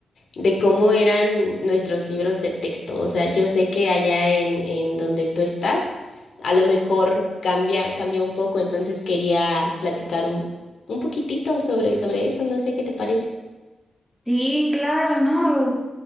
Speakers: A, on the left (about 70°); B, in the centre.
A: de cómo eran nuestros libros de texto. O sea, yo sé que allá en, en donde tú estás, a lo mejor cambia, cambia un poco, entonces quería platicar un, un poquitito sobre, sobre eso. No sé qué te parece.
B: Sí, claro, ¿no?